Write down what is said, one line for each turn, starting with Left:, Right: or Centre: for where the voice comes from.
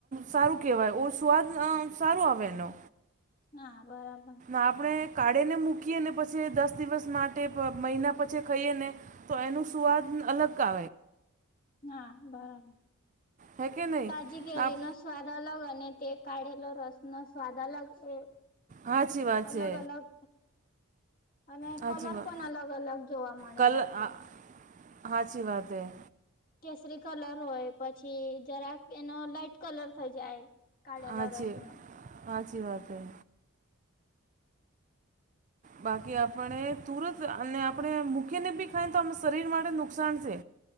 Right: સારું કહેવાય ઓ સ્વાદ સારું આવે એનો
Left: ના બરાબર
Right: આપણે કાઢી ને મૂકીએ ને પછી દસ દિવસ માટે મહિના પછી ખાઈએ ને તો એનું સ્વાદ અલગ કય
Left: હા બરાબર
Right: હે કે નહીં
Left: તાજી કેરી
Right: આપ
Left: ન સ્વાદ અલગ અને તે કાઢેલો રસનો સ્વાદ અલગ એ
Right: હાચી વાત
Left: અલગ
Right: છે
Left: અલગ અને
Right: હાચી
Left: કલર
Right: વાત
Left: પણ અલગ અલગ જોવા મળે
Right: કલ
Left: આપડી
Right: આ હાચી વાત હૈ
Left: કેસરી કલર હોય પછી જરાક એનો લાઈટ કલર થઈ જાય કાઢેલો
Right: આચી
Left: રસનો
Right: પાચી વાત હૈ બાકી આપણે તુરંત અને આપણે મૂકીને બી ખાય તો આમ શરીર માટે નુકસાન છે